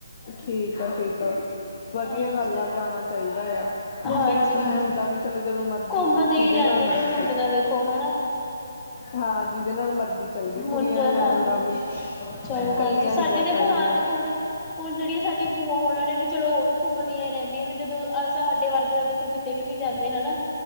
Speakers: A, on the left; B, on the left.
A: ਠੀਕ ਆ ਠੀਕ ਆ ਵਧੀਆ
B: ਹਾਂਜੀ
A: ਗੱਲ ਆ ਜਾਣਾ ਚਾਹੀਦਾ ਆ ਮੁੰਡਿਆਂ
B: -ਹਾਂਜੀ
A: ਤੋਂ
B: ਹਾਂਜੀ
A: ਐ ਹੁੰਦਾ ਵੀ ਚਲੋ ਜਦੋਂ ਮਰਜ਼ੀ
B: ਘੁੰਮਦੇ
A: ਜਿਹਦੇ
B: ਈ ਰਹਿੰਦੇ
A: ਨਾਲ ਮਰਜ਼ੀ
B: ਨੇ। ਮੁੰਡੇ
A: ਚੱਲ
B: ਤਾ ਦੇਖੋ। ਹਨਾ-
A: ਹਾਂ ਜਿਹਦੇ ਨਾਲ ਮਰਜ਼ੀ ਚੱਲ ਗਏ
B: ਮੁਰਜਾ
A: ਕੁੜੀਆਂ ਨੂੰ
B: ਹਾਂਜੀ।
A: ਐ ਹੁੰਦਾ ਵੀ
B: ਹ- ਚਲੋ ਹਾਂਜੀ
A: ਕੱਲੀਆਂ ਨਹੀਂ
B: ਸਾਡੇ
A: ਜਾ
B: ਦੇਖੋ
A: ਸਕਦੀਆਂ
B: ਹਾਂ ਦੇਖੋ ਹੁਣ- ਹੁਣ ਜੇੜੀਆਂ ਸਾਡੀ ਬੂਆ ਹੋਣ- ਉਨਾਂ ਨੇ ਵੀ ਚਲੋ ਓ ਵੀ ਘੁੰਮਦੀਆਂ ਰਹਿੰਦੀਆਂ ਨੇ। ਜਦੋਂ ਅ ਸਾਡੇ ਵਰਗੇ ਤਾਂ ਦੇਖੋ ਕਿਤੇ ਵੀ ਨੀ ਜਾਂਦੇ ਹਨਾ।